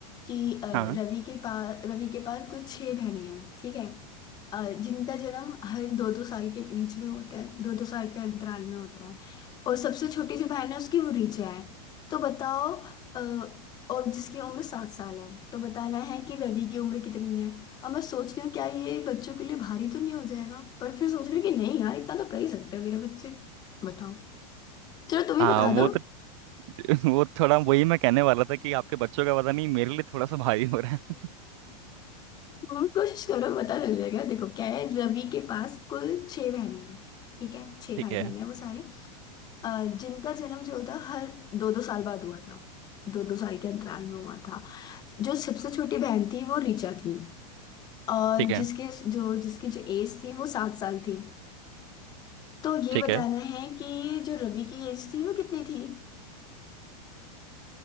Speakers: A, on the left; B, on the right.
A: कि अ,
B: हाँ
A: रवि के पास रवि के पास कुछ छह बहनें हैं ठीक है अ, जिनका जन्म हर दो दो साल के बीच में होता है दो दो साल के अंतराल में होता है और सबसे छोटी जो बहन है उसकी वो ऋचा है तो बताओ अ, और जिसकी उम्र सात साल है तो बताना है कि रवि की उम्र कितनी है अब मैं सोच रही हूँ क्या ये बच्चों के लिए भारी तो नहीं हो जाएगा पर फिर सोच रही हूँ कि नहीं यार इतना तो कर ही सकते हैं मेरे बच्चे बताओ चलो तुम ही
B: आ,
A: बता
B: वो
A: दो
B: तो <laughs> वो थोड़ा वही मैं कहने वाला था कि आपके बच्चों का पता नहीं मेरे लिए थोड़ा सा भारी हो रहा है
A: तुम भी कोशिश करो पता चल जाएगा देखो क्या है रवि के पास कुल छह बहनें हैं ठीक है छह
B: ठीक
A: भाई
B: है
A: बहन है वो सारे अ, जिनका जन्म जो था हर दो दो साल बाद हुआ था दो दो साल के अंतराल में हुआ था जो सबसे छोटी बहन थी वो ऋचा थी और
B: ठीक है
A: जिसकी जो जिसकी जो एज थी वो सात साल थी तो ये
B: ठीक
A: बताना
B: है
A: है कि जो रवि की एज थी वो कितनी थी